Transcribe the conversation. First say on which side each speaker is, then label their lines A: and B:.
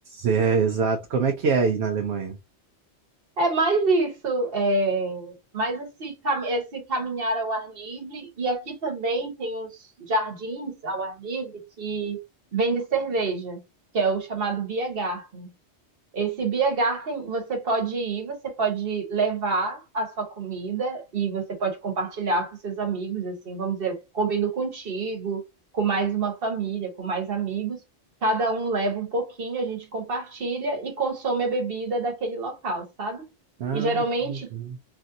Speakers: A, on the right (about 70°); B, on the right (about 55°).
A: é, exato. Como é que é aí na Alemanha?
B: É mais isso, é mais esse, cam- esse caminhar ao ar livre. E aqui também tem uns jardins ao ar livre que vende cerveja, que é o chamado BH. Esse Biergarten, você pode ir, você pode levar a sua comida e você pode compartilhar com seus amigos, assim, vamos dizer, eu combino contigo, com mais uma família, com mais amigos. Cada um leva um pouquinho, a gente compartilha e consome a bebida daquele local, sabe?
A: Ah,
B: E geralmente,
A: que legal.